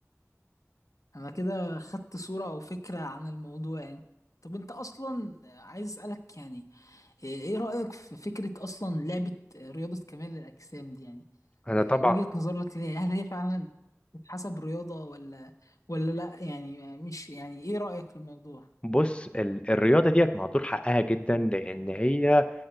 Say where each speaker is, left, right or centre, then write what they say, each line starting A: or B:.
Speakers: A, on the left; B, on the left.
A: انا كده خدت صورة او فكرة عن الموضوع يعني طب انت اصلا عايز اسألك يعني ايه إيه رأيك في فكرة اصلا لعبة رياضة كمال الاجسام دي يعني
B: انا
A: إيه
B: طبعا
A: وجهة نظرك ليها هل هي فعلا تتحسب رياضة ولا ولا لا يعني مش يعني ايه رأيك في الموضوع
B: بص ال- الرياضه ديت مهدور حقها جدا لان هي